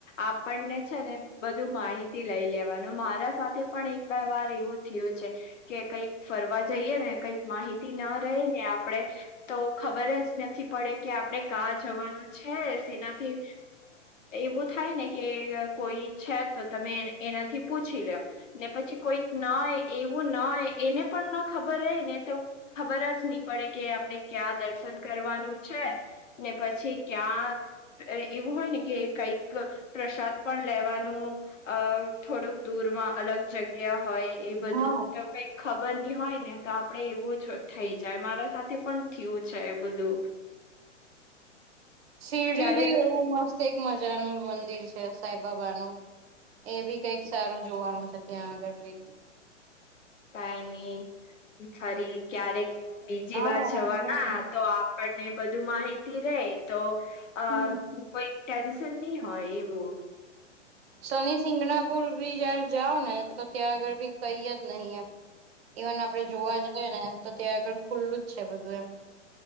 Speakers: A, on the left (about 80°); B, on the right (about 55°).
A: આપણને છે ને બધું માહિતી લઈ લેવા. મારા સાથે પણ એક બે વાર એવું થયું છે. કે કઈક ફરવા જઈએ ને કંઈક માહિતી ન રહે ને આપણેે તો ખબર જ નથી પડે કે આપણેે કા જવાનું છે સેનાથી એવું થાય ને કે કોઈ છે તો તમે એનાથી પૂછ લ્યો ને પછી કોઈક ન એવું ન એને પણ ન ખબર રહે ને તો ખબર જ નહી પડે કે આપડે ક્યાં દર્શન કરવાનું છે. ને પછી ક્યાં એવું હોય ને કે કઈક પ્રસાદ પણ લેવાનું અ થોડુંક દૂરમાં અલગ જગ્યા હોય એ બધું
B: હા
A: તો કઈક ખબર ની હોય ને તો આપડે એવું જ થઈ જાય મારા સાથે પણ થયું છે બધું.
B: સીડી
A: જયારે
B: ભી એવુ મસ્ત એક મજાનું મંદિર છે સાઈબબાનું. એ બી કઈક સારું જોવાનું છે ત્યાં આગળી.
A: કાય ની ફરી ક્યારેક બીજી
B: હા
A: વાર જવાના
B: વાંધો નહી
A: તો આપણને બધું માહિતી રે તો અ
B: હમ
A: કોઈ ટેન્શન નહી હોય એવું.
B: શનિ સિંગણાપુર બી જયાર જાઓ ને તો ત્યાં આગળ બી કઈ જ નહી એમ. ઇવન આપડે જોવા જઈએ ને તો ત્યાં આગળ ખુલ્લું જ છે બધું એમ.